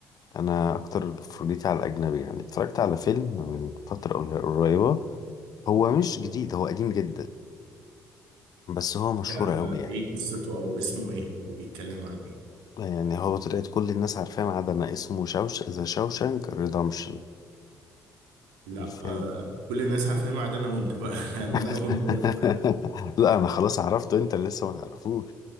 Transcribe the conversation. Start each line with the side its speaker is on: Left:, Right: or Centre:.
Left: انا اكتر فرجيتي على الاجنبي يعني اتفرجت على فيلم من فترة قل- قريبة هو مش جديد هو قديم جدا بس هو مشهور
Right: ده
Left: قوي يعني
Right: ايه قصته او اسمه ايه وبيتكلم عن ايه
Left: يعني هو طلعت كل الناس عارفاه ما عدا انا اسمه شوش ذا شوشانك ريدمشن
Right: لا
Left: الفيلم
Right: آه كل الناس عارفاه ما عدا انا وانت بقى <laughs> لان انا
Left: <laughs>
Right: اول مره اسمعها
Left: لا انا خلاص عرفته انت اللي لسه ما تعرفوش